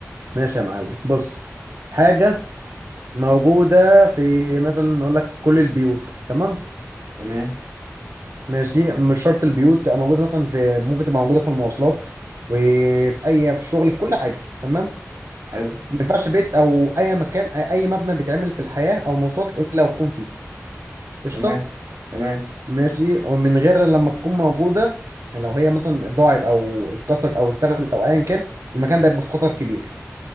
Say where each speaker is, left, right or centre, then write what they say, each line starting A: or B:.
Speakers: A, on the right (about 70°); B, on the right (about 80°).
A: ماشي يا معلم بص حاجة موجودة في مثلا نقول لك كل البيوت تمام
B: تمام
A: ماشي مش شرط البيوت تبقى موجودة مثلا في ممكن تبقى موجودة في المواصلات وفي أي في الشغل في كل حاجة تمام
B: حلو
A: ما ينفعش بيت أو أي مكان أي أي مبنى بيتعمل في الحياة أو مواصلات إلا وتكون فيه قشطة
B: تمام تمام
A: ماشي ومن غير لما تكون موجودة لو هي مثلا ضاعت أو اتكسرت أو اتاخدت أو أيا كان المكان ده يبقى في خطر كبير